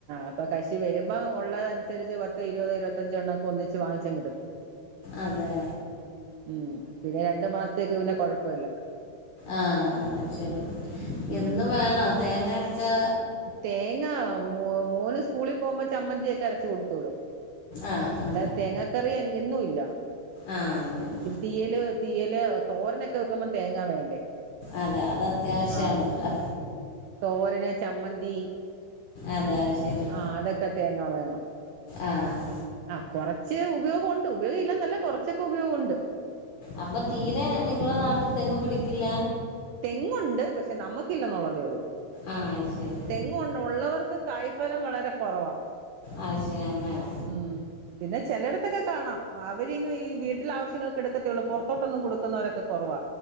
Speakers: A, on the right (about 85°); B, on the left (about 60°).
A: അപ്പൊ കശി വരുമ്പോൾ ഉള്ളത് അനുസരിച്ച് പത്ത് ഇരുപത് ഇരുമ്പത്തഞ്ച് എണ്ണം ഒക്കെ ഒന്നിച്ച് വാങ്ങിച്ച് അങ്ങ് ഇടും
B: അതെ
A: ഉം പിന്നെ രണ്ടു മാസത്തേക്ക് പിന്നെ കൊഴപ്പില്ല
B: ആഹ് ആഹ് ശരി
A: ഉം
B: എന്നും വേണ തേങ്ങ അരച്ച്
A: തേങ്ങ മേന് സ്കൂളിൽ പോകുമ്പോൾ ചമ്മന്തി ഒക്കെ അരച്ച് കൊടുത്തു വീടും
B: ആ ആ
A: അല്ലാതെ തേങ്ങ കറി അങ്ങൊന്നും ഇല്ല
B: ആഹ് അങ്ങനെ
A: തീയല് തീയല് തോരൻനൊക്കെ വെക്കുമ്പോൾ തേങ്ങാ വേണ്ടേ
B: അതെ അത് അത്യാവശ്യണല്ലോ
A: ആ തോരന് ചമ്മന്തി
B: അതാ ശരി
A: ആ അതൊക്കെ തേങ്ങ വേണം
B: ആഹ്
A: ആഹ് കുറച്ച് ഉപയോഗം ഉണ്ട് ഉപയോഗം ഇല്ലന്നല്ല കൊറച്ചൊക്കെ ഉപയോഗം ഉണ്ട്
B: അപ്പൊ തീരെ നിങ്ങളെ നാട്ടിൽ തെങ്ങ് പിടിക്കില്ല
A: തെങ്ങുണ്ട് പക്ഷെ നമുക്കില്ലെന്നുള്ളതേള്ളൂ
B: ആഹ് അത് ശരി
A: തെങ്ങ് ഉള്ളവർക്കും കായ്ഫലം വളരെ കുറവാണ്
B: അത് ശരി അങ്ങനെ
A: ഉം പിന്നെ ചിലയിടത്തൊക്കെ കാണാം അവര് ഈ വീട്ടില് ആവശ്യങ്ങൾക്ക് എടുക്കത്തേള്ളൂ പുറത്തോട്ടൊന്നും കൊടുക്കുന്നവരൊക്കെ കുറവാ